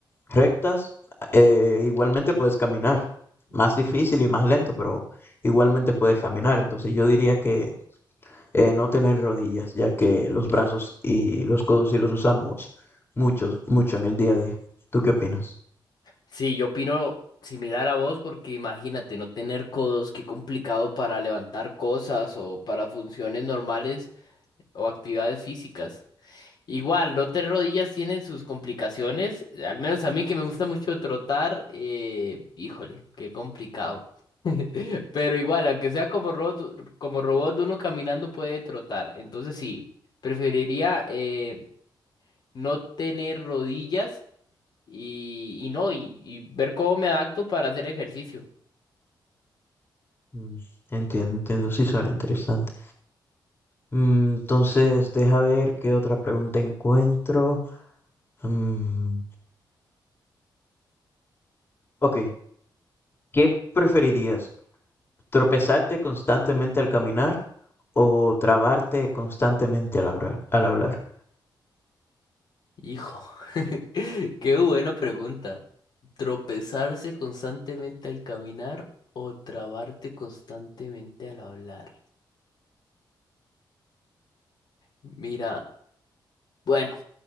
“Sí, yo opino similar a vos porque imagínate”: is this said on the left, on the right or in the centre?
Left